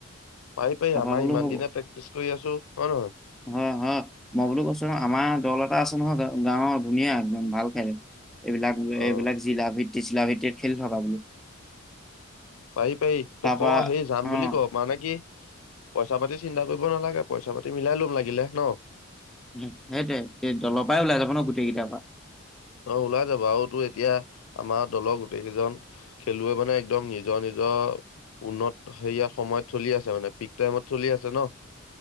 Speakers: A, on the left (about 85°); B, in the centre.
A: পাই পাই
B: তাৰপা
A: আমাৰ
B: বোলো
A: ইমান
B: হ'ব
A: দিনে প্ৰেক্টিচ কৰি আছো। হয় নহয়
B: হয় হয় মই বোলো কৈছো ন আমাৰ দল এটা আছে নহয়। গ গাঁৱৰ ধুনীয়া একদম ভাল খেলে। এইবিলাক
A: অ
B: -এইবিলাক জিলা ভিত্তি চিলাভিত্তিৰ খেলি থকা বোলো।
A: পাৰি পাৰি
B: তাৰপা
A: তই ক সেই যাম বুলি
B: অ
A: ক মানে কি পইচা পাতি চিন্তা কৰিব নালাগে। পইচা পাতি মিলাই লম লাগিলে ন।
B: সেইটোৱেই। দলৰ পৰাই ওলাই যাব ন গোটেই কেইটাৰ পৰা।
A: অ ওলাই যাব আৰুতো এতিয়া আমাৰ দলৰ গোটেই কেইজন খেলুৱৈ মানে একদম নিজৰ -নিজৰ উন্নত সেয়া সময়ত চলি আছে মানে পিক টাইমত চলি আছে ন?